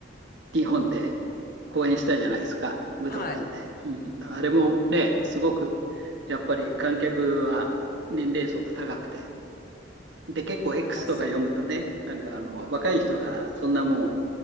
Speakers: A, on the right (about 75°); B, on the left (about 50°).
A: 日本で公演したじゃないですか、武道館で。
B: はい。
A: うん、あれもね、すごく、やっぱり観客は年齢層が高くて、で、結構 X
B: あ、そう
A: とか読むとね、なんかあの、若い人が、そんなも